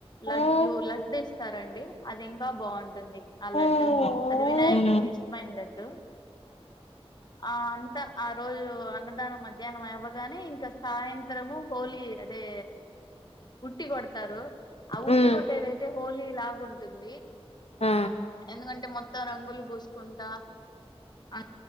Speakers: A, on the left; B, on the left.
A: లడ్లు
B: హ్మ్.
A: లడ్డు ఇస్తారండి అది ఇంకా బాగుంటుంది ఆ
B: హ్మ్.
A: లడ్డు అది వినాయకుడికి ఇష్టమైన లడ్డు ఆ అంత ఆ రోజు అన్నదానం మధ్యాహ్నం అవ్వగానే ఇంకా సాయంత్రము హోలీ అదే ఉట్టి కొడతారు ఆ
B: హ్మ్.
A: ఉట్టి కొట్టేదైతే హోలీ లాగా ఉంటుంది
B: ఆ
A: ఎందుకంటే మొత్తం రంగులు పూసుకుంటా అ